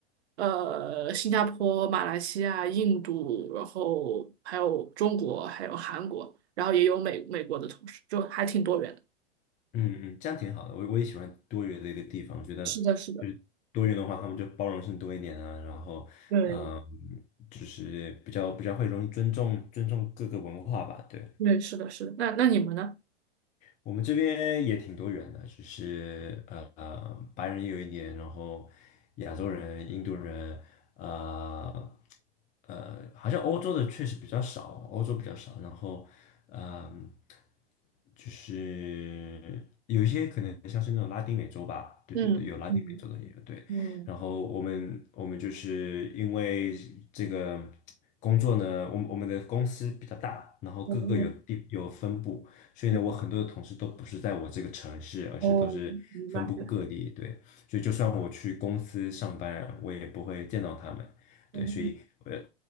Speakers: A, on the right; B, on the left.
A: 呃，新加坡、马来西亚、印度，然后还有中国，还有韩国，然后也有美美国的同事，就还挺多元的。
B: 嗯嗯，这样挺好的。我我也喜欢多元的一个地方，我觉得就是多元的话，
A: 是的，是的，
B: 他们就包容性多一点啊，然后
A: 对
B: 嗯，就是比较比较会容易尊重尊重各个文化吧。对，
A: 对，是的，是的。那那你们呢？
B: 我们这边也挺多元的，就是呃呃白人有一点，然后亚洲人、印度人。呃呃，好像欧洲的确实比较少，欧洲比较少。然后，嗯、就是有一些可能像是那种拉丁美洲吧，对对对，
A: 嗯嗯
B: 有拉丁美洲的也有对。
A: 嗯，
B: 然后我们我们就是因为这个工作呢，我们我们的公司比较大，然后各个有地有分部，
A: 我们也
B: 所以呢，
A: 嗯
B: 我很多的同事都不是在我这个城市，而是都是分布各地。
A: 哦，明白，对，
B: 对，所以就算我去公司上班，我也不会见到他们。
A: 嗯
B: 对，所以呃